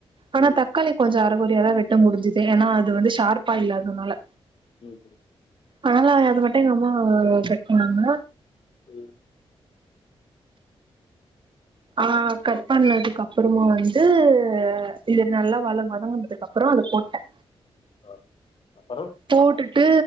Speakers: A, on the right (about 50°); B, on the left (about 55°).
A: ஆனா
B: ம்
A: தக்காளி
B: ம்.
A: கொஞ்ச அறகொறையா தா வெட்ட முடுஞ்சுது ஏன்னா அது வந்து ஷார்ப்பா இல்லாதனால
B: ம் ம்
A: அதனால அது மட்டு எங்க அம்மா கட் பண்ணாங்க
B: ம்
A: ஆ கட் பண்ணதுக்கு அப்றமா வந்து இது நல்லா வள வதங்குனதுக்கு அப்றோ அதுல போட்ட
B: ஆ அப்புறம்?
A: போட்டுட்டு